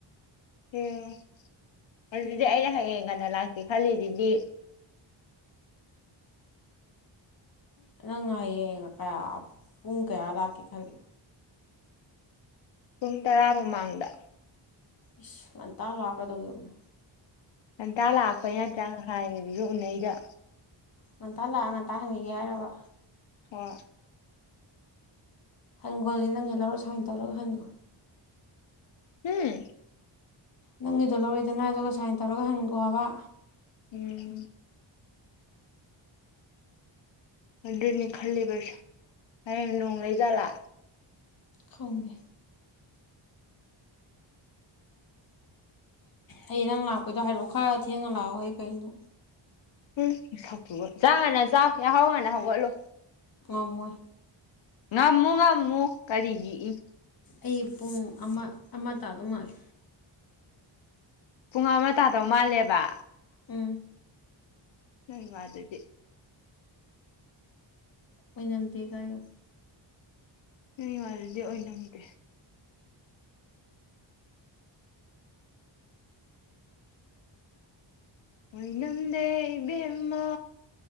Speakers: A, on the left; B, on the left.
A: ꯌꯦꯡꯉꯣ ꯑꯗꯨꯗꯤ
B: ꯌꯦꯡꯒꯦ
A: ꯑꯩꯅ ꯍꯌꯦꯡ ꯉꯟꯅ ꯂꯥꯛ ꯈꯂꯤꯁꯤꯗꯤ
B: ꯅꯪ ꯉꯥꯏ ꯌꯦꯡ ꯀ ꯄꯨꯡꯨ ꯀꯌꯥꯗ ꯂꯥꯛꯀꯦ ꯈꯜꯂꯤ
A: ꯄꯨꯡ ꯇꯔꯥ ꯃꯃꯥꯡꯗ
B: ꯏꯁ ꯉꯟꯇꯥ ꯂꯥꯛꯀꯗꯧ ꯗꯣꯏꯕ
A: ꯉꯟꯇ ꯂꯥꯛꯄ ꯌꯥꯗ꯭ꯔ ꯍꯥꯏꯌꯦ ꯍꯧꯖꯤꯛ ꯎꯅꯩꯕ
B: ꯉꯟꯇꯥ ꯂꯥꯛꯑꯒ ꯉꯟꯇ ꯍꯪꯈꯤ ꯌꯥꯢ ꯍꯥꯏꯕ
A: ꯑꯣ
B: ꯍꯟꯈꯣꯗꯤ ꯅꯪꯒ ꯂꯧꯔ ꯁꯥꯏꯟ ꯇꯧꯔꯒ ꯍꯟꯒꯣ
A: ꯍꯝ
B: ꯅꯪꯒꯤꯗꯣ ꯂꯧꯔꯤꯗꯅ ꯑꯗꯨꯒ ꯁꯥꯏꯟ ꯇꯧꯔꯒ ꯍꯟꯒꯣꯕ
A: ꯎꯝ ꯑꯗꯨꯅꯤ ꯈꯂꯤꯕꯁꯦ ꯅꯣꯡ ꯂꯩꯖꯂ
B: ꯈꯪꯗꯦ ꯑꯩ ꯅꯪ ꯂꯥꯛꯄꯩꯗꯣ ꯍꯥꯏꯔꯛꯑꯣ ꯈꯔ ꯊꯦꯡꯉ ꯂꯥꯛꯑꯣ ꯑꯩ ꯀꯩꯅꯣ
A: ꯎꯝ ꯅꯁꯥꯛꯇꯨꯒ ꯆꯥꯛ ꯉꯟꯅ ꯆꯥꯎ ꯌꯍꯧ ꯉꯟꯅ ꯍꯧꯒꯠꯂꯨ
B: ꯉꯝꯃꯣꯏ
A: ꯉꯝꯃꯨ ꯉꯝꯃꯨ ꯀꯔꯤꯒꯤ ꯏ
B: ꯑꯩ ꯄꯨꯡ ꯑꯃ ꯑꯃ ꯇꯥꯗꯧ ꯃꯥꯜꯂꯤ
A: ꯄꯨꯡ ꯑꯃ ꯇꯥꯗꯧ ꯃꯥꯜꯂꯦꯕ
B: ꯑꯝ
A: ꯅꯣꯏ ꯃꯥꯗꯨꯗꯤ
B: ꯑꯣꯏꯅꯝꯗꯦ ꯀꯥꯏꯌꯣ
A: ꯅꯩ ꯋꯥꯗꯨꯗꯤ ꯑꯣꯢꯅꯝꯗꯦ ꯑꯣꯏ ꯅꯝꯗꯦ ꯏꯕꯦꯝꯕ